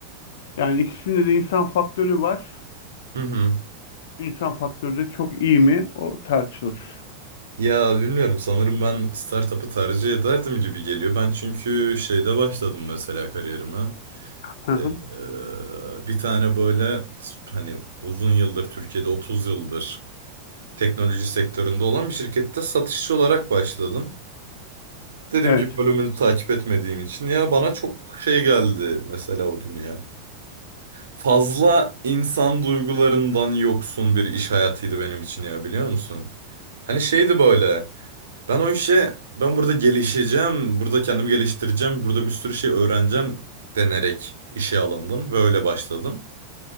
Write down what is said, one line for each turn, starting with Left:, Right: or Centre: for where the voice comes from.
Left: Yani ikisinde de insan faktörü var.
Right: Hı hı.
Left: İnsan faktörü de çok iyi mi o tartışılır.
Right: Ya bilmiyorum sanırım ben startup'ı tercih ederdim gibi geliyor. Ben çünkü şeyde başladım mesela kariyerime.
Left: Hı hı,
Right: Ee, bir tane böyle hani uzun yıldır Türkiye'de 30 yıldır teknoloji sektöründe olan bir şirkette satışçı olarak başladım. Dediğim
Left: Evet
Right: gibi bölümünü takip etmediğim için ya bana çok şey geldi mesela o dünya. Fazla insan duygularından yoksun bir iş hayatıydı benim için ya biliyor musun? Hani şeydi böyle. Ben o işe ben burada gelişeceğim, burada kendimi geliştireceğim, burada bir sürü şey öğreneceğim denerek işe alındım ve öyle başladım.